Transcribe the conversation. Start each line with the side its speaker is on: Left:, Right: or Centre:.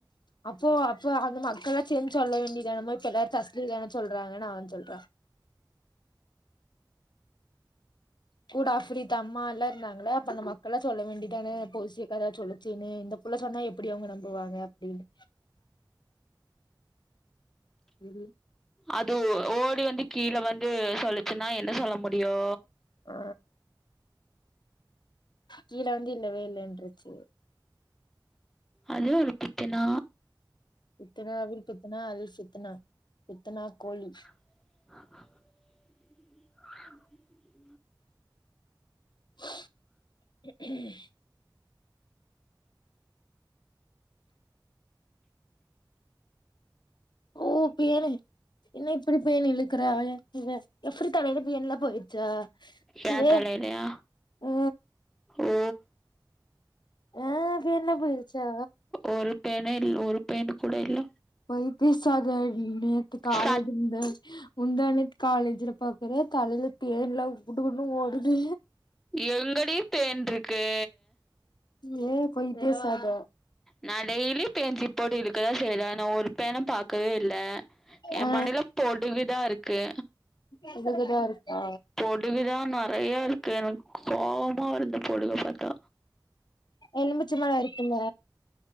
Left: அப்போ அப்போ அந்த மக்கள்ாம் சேர்ந்துு சொல்ல வேண்டியதானமோ இப்ப எல்லாரும் தஸ்லியதான சொல்றாங்கன்னு அவ சொல்லுறா கூட அஃப்ரித் அம்மா எல்லா இருந்தாங்கள அப்ப அந்த மக்கள்ல்லா சொல்ல வேண்டியதான பொசி அக்கா தான சொல்லுச்சுன்னு இந்த இப்டி எல்லா சொன்னா எப்டி அவங்க நம்புவாங்க அப்டின்னு ம்
Centre: அது ஓடி வந்து கீழ வந்து சொல்லுச்சுன்னா என்ன சொல்ல முடியு
Left: அ கீழ வந்து இல்லவே இல்லலன்றச்சு
Centre: அது ஒரு பித்தனா
Left: பித்தன்னால்வில் பித்தனா அதில்சித்தன்னா பித்தனா கோலி
Centre: ஆஹ <unintelligible>
Left: <unintelligible> ஓ பேணு என்ன இப்டி பேணு இழுக்குறா இவ ஆப்ரிதா நெனப்பு எங்க போயிடுச்சா
Centre: எய
Left: ஏ
Centre: தலைலயா
Left: ஆ
Centre: ஓ
Left: ஆ பேணு எல்லா போயிடுச்சா
Centre: ஒரு பேணு இல் ஒரு பேணு கூட இல்ல
Left: போய் பேசாத நேத்து காலைல
Centre: சத்
Left: இருந்து முந்தா நேத்து காலேஜல பாக்குற தலையல பேணு எல்லா குடு குடுக்கன்னும் ஓடுது
Centre: எங்கடி பேன் இருக்கு
Left: நீ போய் பேசாத
Centre: நா டெய்லி பேன் சிப்பு போட்டு இழுக்குற சேரி நா ஒரு பேணு பாக்கவே இல்ல எய
Left: ஆ
Centre: மண்டல பொடுகு தா இருக்கு
Left: பொடுகு தா இருக்கா
Centre: பொடுகுதா நெறைய இருக்கு எனக்கு கோபமா வருது இந்த பொடுக பாத்தா
Left: எலுமிச்சபழ இருக்குல